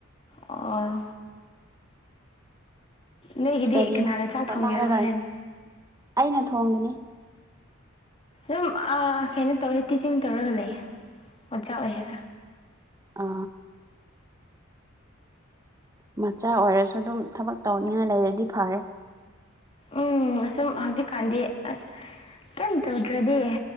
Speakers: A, on the left; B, on the right.
A: ꯑꯣ ꯅꯣꯏꯒꯤꯗꯤ
B: ꯀꯔꯤ
A: ꯀꯅꯥꯅ ꯆꯥꯛ
B: ꯍꯣꯠꯅꯔꯒ
A: ꯊꯣꯡꯒꯦꯔꯥ ꯍꯣꯔꯦꯟ
B: ꯑꯩꯅ ꯊꯣꯡꯕꯅꯤ
A: ꯑꯗꯨꯝ ꯀꯩꯅꯣ ꯇꯧꯔꯦ ꯇꯤꯆꯤꯡ ꯇꯧꯔꯒ ꯂꯩꯌꯦ ꯑꯣꯆꯥ ꯑꯣꯏꯔꯒ
B: ꯑ ꯃꯆꯥ ꯑꯣꯏꯔꯁꯨ ꯑꯗꯨꯝ ꯊꯕꯛ ꯇꯧꯅꯤꯉꯥꯏ ꯂꯩꯔꯗꯤ ꯐꯔꯦ
A: ꯎꯝ ꯑꯁꯨꯝ ꯍꯧꯖꯤꯛꯀꯥꯟꯗꯤ ꯑꯁ ꯀꯩꯝ ꯇꯧꯗ꯭ꯔꯗꯤ